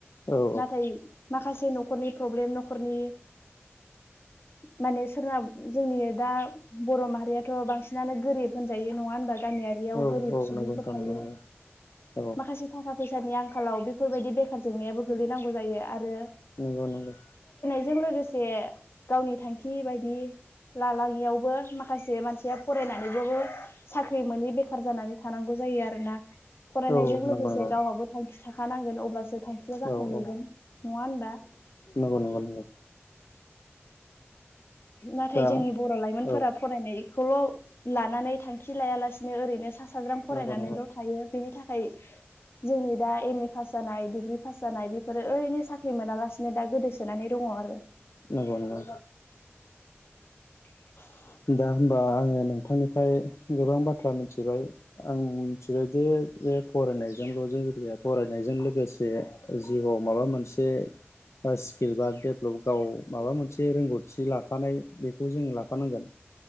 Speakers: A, on the left; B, on the left.
A: औ
B: नाथाय माखासे न'खरनि प्रब्लेम न'खरनि माने सोरना जोंनि दा बर' माहारियाथ' बांसिनानो गोरिब होनजायो नङा होनबा? गामियारियाव
A: औ
B: गोरिब
A: औ
B: सुबुंफोर
A: नंगौ नोंथां
B: थायो
A: नंगौ नंगौ औ
B: माखासे थाखा फैसानि आं खालाव बेफोरबायदि बेखार जेंनायाबो गोगलैनांगौ जायो आरो
A: नंगौ नंगौ
B: जों लोगोसे गावनि थांखि बायदि लालाङियावबो माखासे मानसिया फरायनानैबाबो साख्रि मोनोै बेखार जानानै थानांगौ जायो आरोना। फरायनायजों
A: औ
B: लोगोसे
A: नंगौ नंगौ
B: गावहाबो थांखि थाखानांगोन। अब्लासो थांखिया जाफुंहैगोन
A: औ औ
B: नङा होनबा?
A: नंगौ नंगौ नंगौ
B: नाथाय
A: दा
B: जोंनि बर' लाइमोनफोरा
A: औ
B: फरायनाय खौल' लानानै थांखि लाया लासिनो ओरैनो सासे साज्रां फरायनानैल'
A: नंगौ नंगौ
B: थायो। बेनि थाखाय जोंनि दा एम ए पास जानाय डिग्रि पास जानाय बेफोरो ओरैनो साख्रि मोनालासिनो दा गोदोसोनानै दङ आरो।
A: नंगौ नंगौ
B: <inaudible>
A: दा होमबा आङो नोंथांनिफ्राय गोबां बाथ्रा मिथिबाय आं मिथिबाय जे बे फरायनायजोंल जे गया फरायनायजों लोगोसे जिउआव माबा मोनसे <inaudible> बा स्किल बा डेभलप गाव माबा मोनसे रोंगौथि लाफानाय बेखौ जोङो लाफानांगोन।